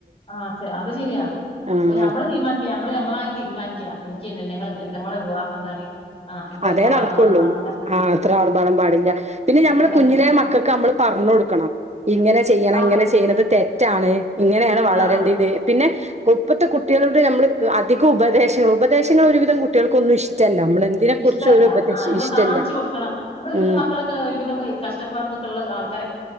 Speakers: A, on the left (about 30°); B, on the right (about 40°).
A: ആഹ അത് ശരിയാ
B: ആഹ്
A: അപ്പൊ ഞമ്മള് തീരുമാനിക്ക നമ്മള് ഞമ്മളായി തീരുമാനിക്ക എനിക്ക് ഞങ്ങള് എന്ത മ്മളെ വിവാഹം എന്താണ് ആ ഇത്രത്തോളം
B: അതെ നടക്കുള്ളൂ
A: ആർഭാടം പാടില്ല
B: ആ
A: ഉം
B: അത്ര ആർഭാടം പാടില്ല പിന്നെ ഞമ്മള്
A: അങ്ങനൊക്കെ
B: കുഞ്ഞിലെ മക്കൾക്ക് നമ്മള് പറ പറഞ്ഞു കൊടുക്കണം ഇങ്ങനെ ചെയ്യണം
A: ആ
B: ഇങ്ങനെ
A: പ
B: ചെയ്യുന്നത് തെ തെറ്റാണ് ഇങ്ങനെയാണ് വളരേണ്ടത്
A: ആ
B: പിന്നെ ഇപ്പത്തെ കുട്ടികളോട് നമ്മള് അധികം ഉപദേശങ്ങൾ ഉപദേശങ്ങൾ ഒരുവിധം കുട്ടികൾകൊന്നും ഇഷ്ടല്ല നമ്മള് എന്തിനെ
A: ഇഷ്ടമല്ല
B: കുറിച്ചും ഒരു ഉപദേശം
A: ആ നമ്മള്
B: ഇഷ്ടല്ല
A: കാണിച്ചച്ച് കൊടുക്കണം നമ്മൾ ഒരുവിധ
B: ഉം
A: മക്കളൊക്കെ ഒരുവിധം കഷ്ടപ്പാടതൊക്കെ ഉള്ള ആൾക്കാരെെ